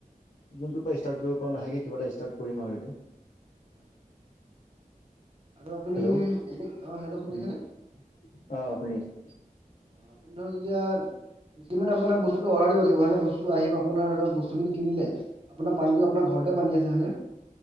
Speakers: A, on the left; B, on the right.
A: যোনটোৰ পৰা
B: তাকেই
A: ষ্টাৰ্ট কৰিব পাৰো, লাহেকে কিবা এটা ষ্টাৰ্ট কৰিম আৰু এতিয়া
B: হয়। আৰু আপুনি,
A: হেল্ল'
B: এ অ হেল্ল'
A: উম
B: শুনিছেনে?
A: অ ', শুনি আছো
B: অ ধৰক, এতিয়া কিমান আপোনাক বস্তু অৰ্ডা দিব লাগিব হয়ে বস্তুটো আহিব আপোনাৰ ধৰক বস্তুখিনি কিনিলে, আপোনাৰ পানীটো আপোনাৰ ঘৰতে পানী আছে হয় নে?